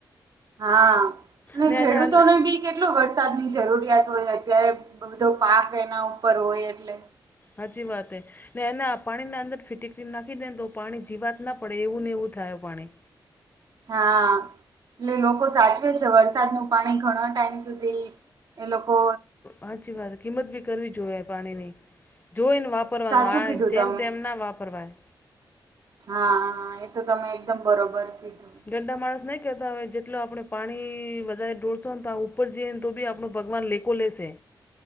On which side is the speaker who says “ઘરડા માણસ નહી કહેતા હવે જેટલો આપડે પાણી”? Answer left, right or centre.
Left